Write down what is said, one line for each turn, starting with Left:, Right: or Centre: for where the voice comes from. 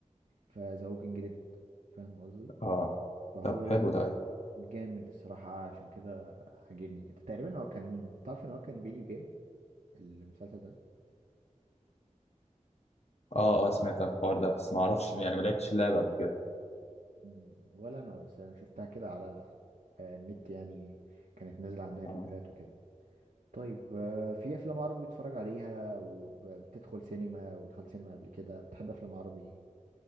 Right: في ذا ووكينج ديد فاهم قصدي
Left: اه
Right: فهو
Left: طب حلو ده ايوه
Right: جامد الصراحة عشان كده عاجبني تقريبا هو كان تعرف ان هو كان فيديو جيم المسلسل ده
Left: اه اه سمعت عن الحوار ده بس ما اعرفش يعني ما لعبتش اللعبة قبل كده
Right: مم، ولا انا بس انا شفتها كده على ال- آه، النت يعني كانت نازلة عنها ريفيوهات
Left: آه.
Right: وكده طيب آه، في افلام عربي بتتفرج عليها وبتدخل سينما ودخلت سينما قبل كده بتحب افلام عربي